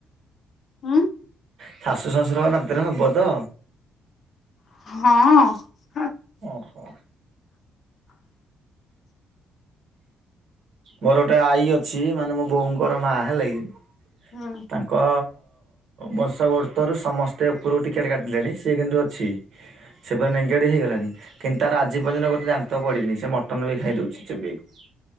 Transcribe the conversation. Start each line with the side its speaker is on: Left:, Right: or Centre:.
Left: ହୁଁ।
Right: ଶାଶୁ ଶ୍ୱଶୁରଙ୍କ ଦାନ୍ତ ରେ ହବ ତ।
Left: ହଁ।
Right: ଓହୋଃ।
Left: <inaudible>
Right: ମୋର ଗୋଟେ ଆଈ ଅଛି ମାନେ ମୋ ବୋଉଙ୍କର ମା ହେଲା କି‌।
Left: ହୁଁ।
Right: ତାଙ୍କ ବଂଶବର୍ତ୍ତ ରୁ ସମସ୍ତେ ଉପରକୁ ଟିକେଟ୍ କାଟିଲେଣି ସିଏ କିନ୍ତୁ ଅଛି। ସିଏ ପୁରା ନେଙ୍ଗେଡ଼ି ହେଇଗଲାଣି। କିନ୍ତୁ ତାର ଆଜି ପର୍ଯ୍ୟନ୍ତ ଗୋଟେ ଦାନ୍ତ ପଡି଼ନି ସେ ମଟନ ବି ଖାଇ ଦଉଛି ଚୋବେଇ କି।